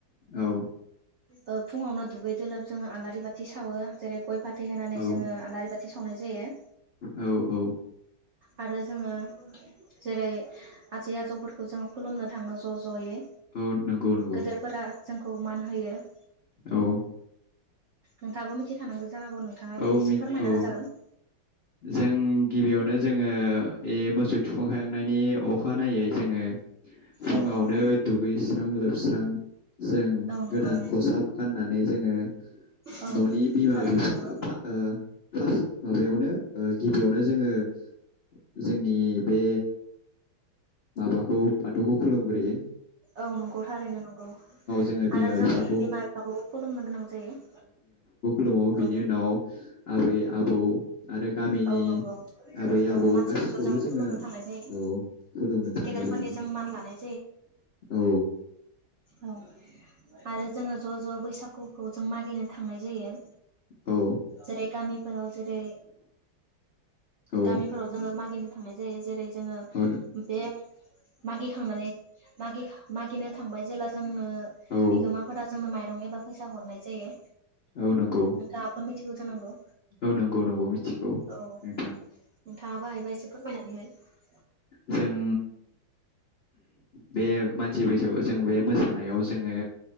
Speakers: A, on the left; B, on the right.
A: औ
B: ओ फुङावनो दुगैजों लोब जोङो आलारि बाथि सावो जेरै गय फाथै होनानै
A: औ
B: जोङो आलारि बाथि खाथि सावनाय जायो
A: औ औ
B: आरो जोङो जेरै आजै आजौफोरखौ जों खुलुमनो थाङो ज' ज'यै
A: औ नंगौ नंगौ
B: गेदेरफोरा जोंखौ मा हायो <inaudible>
A: औ
B: नोंथाङाबो मिथिखानांगौ जानांगौ नोंथाङाबो
A: औ
B: एसे
A: मि
B: फोरमायना
A: औ
B: होजागोन
A: जों गिबियावनो जोङो ए मोसौ थुखांखांनायनि अखानायै जोङो फुङावनो
B: औ
A: दुगैस्रां लोबस्रां जों
B: नंगौ
A: गोदान खसाब गाननानै जोङो न'नि
B: औ
A: बिमा
B: थारैनो
A: बिफा
B: नंगौ
A: फा फास्ट माबायावनो गिबियावनो जोङो <inaudible> जोंनि बे माबाखौ बाथौखौ खुलुमगोन बेजों
B: औ नंगौ थारैनो नंगौ
A: जोङो बिमा
B: आरो जों
A: बिफाखौ
B: बिमा बिफाखौबो खुलुमनो गोनां जायो
A: दङ बेनि
B: औ
A: उनाव आबै-आबौ आरो गामिनि
B: औ नंगौ
A: आबै
B: औ
A: आबौ
B: मानसिफोरखौ
A: गासिखौबो
B: जों
A: जोङो
B: खुलुमनो थांनाय जायो
A: औ खुलुमनो थाङो
B: गेदेरफोरनि
A: जोङो
B: जों मान लानाय
A: औ
B: अ आरो जोङो ज' ज' बैसागुखौ जों मागिनो थांनाय जायो
A: औ
B: जेरै गामिफोराव जेरै
A: औ
B: गामिफोराव जोङो मागिनो थांनाय जायो जेरै जोङो
A: औ न-
B: मोनसे मागि खांनानै मागि मागिनो थांबाय जेला जोंनो
A: औ
B: बिगोमाफोरा दं एबा फैसा हरनाय जायो।
A: औ नंगौ
B: नोंथाङाबो मिथिगौ जानांगौ
A: औ नंगौ नंगौ मिथिगौ
B: औ
A: नोंथां
B: नोंथाङाबो हायोबा एसे फोरमायनानै हो
A: जों बे मानसि बैसागो जों बे मोसानायाव जोङो